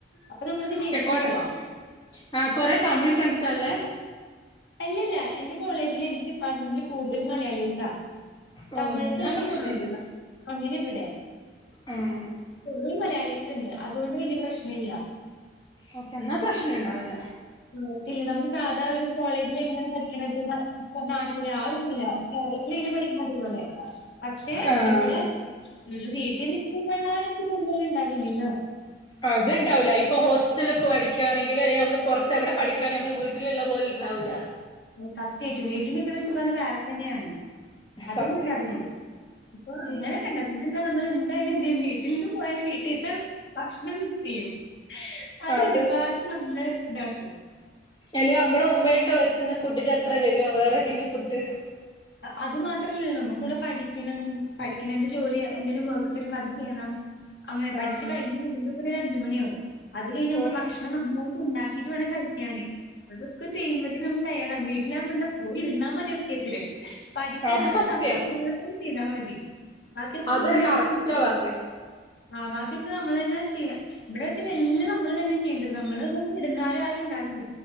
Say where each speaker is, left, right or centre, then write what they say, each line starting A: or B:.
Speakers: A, on the left; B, on the left.
A: അപ്പൊ നമ്മൾക്ക് ജീവിച്ച്
B: കൊറെ
A: പോവാ
B: ആഹ് കൊറെ തമിഴ് ഫ്രണ്ട്സാള്ളെ
A: അല്ലല്ല എന്റെ കോളേജില് എന്റെ ഡിപ്പാർട്ട്മെന്റില് കൂടുതലും മലയാളീസാ
B: ഓ
A: തമിഴ്സാണ്
B: എന്നാ പ്രശ്ന
A: കൊറവ്
B: ഇല്ല
A: അങ്ങനെ ഇവിടെ
B: ഉം
A: കൊറേ മലയാളീസ്ണ്ട് അതുകൊണ്ട് വല്യ പ്രശ്നല്ല
B: ഓക്കെ എന്നാ പ്രശ്നണ്ടാവൂല
A: ഇല്ല പിന്നെ നമ്മക്ക് സാധാ ഒരു കോളേജിൽ എങ്ങനെയാണ് പഠിക്കണതെന്ന് ഇപ്പൊ നാട്ടിലെ ആ ഒരു ഫീല കേരളത്തിലെങ്ങനെ പഠിക്കണ് അതുപോലെ പക്ഷെ
B: ആഹ്
A: ഇവിടെ ഒരു വീട്ടിൽ നിക്കുമ്പോള്ള ഒരു സുഖം എന്തായാലും ഉണ്ടാവില്ലല്ലോ
B: അത്ണ്ടാവൂല ഇപ്പൊ ഹോസ്റ്റല് പഠിക്കയാണെങ്കിൽ അല്ലെങ്കി നമ്മള് പൊറത്ത് എവിടെ പഠിക്കാണെ ഞമ്മളെ വീട്ടില്ള്ള പോലെ ഇണ്ടാവൂല
A: സത്യായിട്ടും വീട്ടിൽ നിക്ക്ണ സുഖം അത് വേറെ തന്നെയാണ് അതൊന്നും
B: സത്യം
A: ഇണ്ടാവില്ലെ ഇപ്പൊ അങ്ങനെയൊക്കെ
B: ഉം
A: ഇണ്ട എന്താ ഞമ്മൾ എന്തായാലും വീട്ടിൽന്ന് പോയാൽ വീട്ടിലത്തെ ഭക്ഷണം മിസ് ചെയ്യും അത്
B: അതെ
A: ഒരുപാട് നമ്മളെ ഇതാക്കും
B: അല്ലേ അമ്മളെ ഉമ്മയൊക്കെ വെക്കുന്ന ഫുഡിന്റെ അത്ര വരുവോ വേറേതെങ്കിലും ഫുഡ്
A: അത് മാത്രല്ല നമുക്കിവിടെ പഠിക്കണം പഠിക്കണേന്റെ ജോലി എന്തേലും വെ ർക്ക്തെരുമ്പ അതും ചെയ്യണം അങ്ങനെ പഠിച്ച്
B: ആഹ്
A: കഴിഞ്ഞ് വരുമ്പോതന്നെ ഒരു അഞ്ച് മണിയാവും അത് കഴിഞ്ഞ് ഞമ്മള്
B: ഓ
A: ഭക്ഷണം നമ്മ ഉണ്ടാക്കിറ്റ് വേണം കഴിക്കാന് അതൊക്കെ ചെയ്യുമ്പയത്തെക്ക് നമ്മക്ക് ട്ടയേർഡ് ആവും വീട്ടിലാകുമ്പ എന്താ പോയി ഇരുന്നാ മതി ഒക്കെത്തിനും പഠിക്കാന്ന്ള്ളൊരു
B: അത് സത്യാ
A: സമ്പവം മാത്രം ചെയ്താ മതി ബാക്കിയൊക്കെ
B: അതൊരു
A: ഉമ്മേം
B: കറക്റ്റാ
A: ഇപ്പേം ചെയ്‌തെരും
B: പറഞ്ഞേ
A: ആ ബാക്കിയൊക്കെ നമ്മളെന്നാ ചെയ്യാ ഇവിടെ വെച്ചാല് എല്ലാം ന മ്മള് തന്നെ ചെയ്യേണ്ടത് നമ്മള് ഒന്ന് കെടന്നാല് ആരുണ്ടാവില്ല